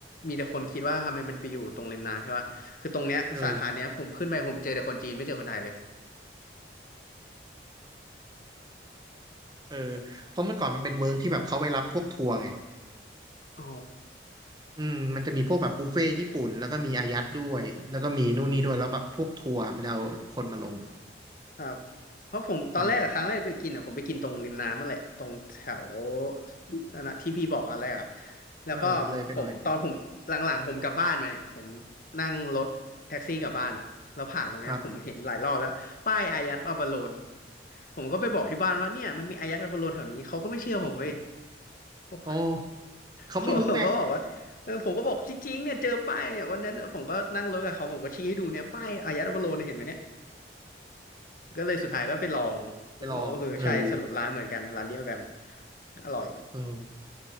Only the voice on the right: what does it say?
เออเออเพราะเมื่อก่อนมันเป็นเวิร์กที่แบบเขาไปรับพวกทัวร์ไง
อืมมันจะมีพวกแบบบุฟเฟ่ต์ญี่ปุ่นแล้วก็มีอายัดด้วย แล้วก็มีนู่นนี่ด้วยแล้วแบบพวกทัวร์มันจะเอาคนมาลง
ครับ
เออเลยไปหน่อย
ครับ
โอ้เขาไม่รู้ไง
ไปลองเออ
เออ